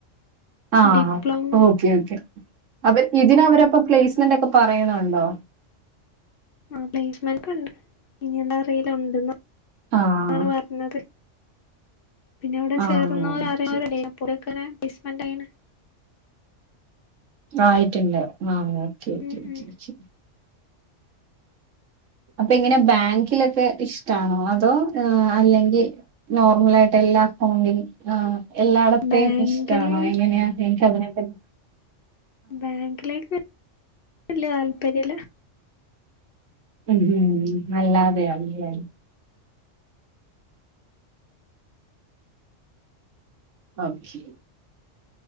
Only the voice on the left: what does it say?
ഡിപ്ലോമ
ആഹ് പ്ലേസ്മെന്റൊക്കെ ഉണ്ട് ഇനി എന്താ അറിയില ഉണ്ടന്നാണ്
പറഞ്ഞത് പിന്നെ അവടെ
ചേർന്നോര്
ആരൂല്ല <unintelligible> പ്ലെയ്സ്മെന്റ് ചെയ്യണേ
ഉം
ഉം.
ബാങ്കില്
ബാങ്കിലേക്ക് വല്ല്യ താല്പര്യവില്ല